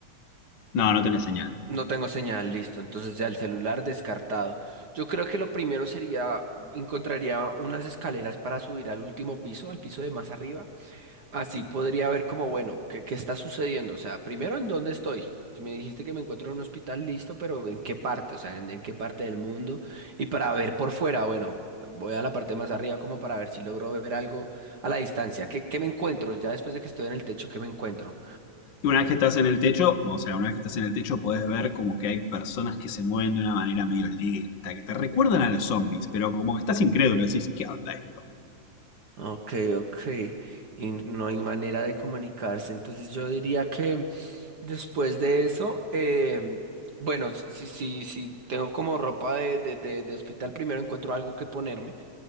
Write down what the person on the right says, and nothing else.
No tengo señal, listo. Entonces ya el celular descartado. Yo creo que lo primero sería, encontraría unas escaleras para subir al último piso, al piso de más arriba. Así podría ver como, bueno, ¿qué, qué está sucediendo? O sea, primero, ¿en dónde estoy? Si me dijiste que me encuentro en un hospital, listo, pero ¿en qué parte? O sea, ¿en, en qué parte del mundo? Y para ver por fuera, bueno, voy a la parte más arriba como para ver si logro ver algo a la distancia. ¿Qué, qué me encuentro? Ya después de que estoy en el techo, ¿qué me encuentro?
Ok, ok. Y no hay manera de comunicarse. Entonces yo diría que después de eso, em, bueno, si, si, si si tengo como ropa de, de, de- de hospital, primero encuentro algo que ponerme,